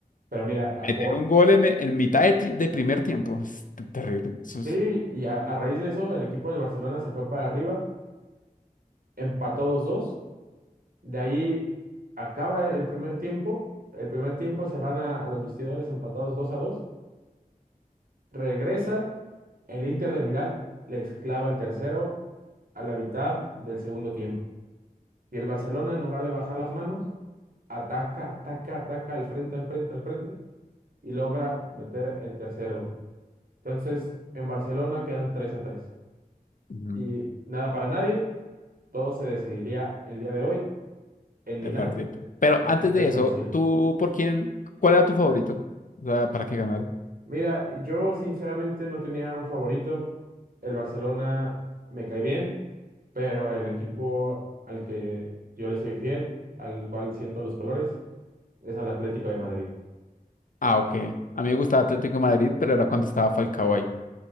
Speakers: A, on the right (about 75°); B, on the left (about 65°).
A: Pero mira, a-
B: meter
A: o-
B: un gol en, me- en mitad de, ti- de primer tiempo es te- terrible. Eso es
A: sí, y a, a raíz de eso, el equipo del Barcelona se fue para arriba empató 2-2. De ahí acaba el primer tiempo. El primer tiempo se van a, a los vestidores empatados 2-2. Regresa el Inter de Milán, les clava el tercero a la mitad del segundo tiempo. Y el Barcelona, en lugar de bajar las manos, ataca, ataca, ataca al frente, al frente, al frente y logra meter el tercer gol. Entonces, en Barcelona quedan tres a tres
B: mm,
A: Y nada para nadie, todo se decidiría el día de hoy en Milán,
B: de parte. Pero
A: en
B: antes
A: el estadio
B: de
A: San
B: eso,
A: Siro.
B: ¿tú por quién? ¿Cuál era tu favorito? O sea, ¿para qué ganar?
A: Mira, yo sinceramente no tenía un favorito. El Barcelona me cae bien, pero el equipo al que yo le soy fiel, al cual siento los colores, es al Atlético de Madrid.
B: Ah, ok. A mí me gustaba Atlético de Madrid, pero era cuando estaba Falcao ahí.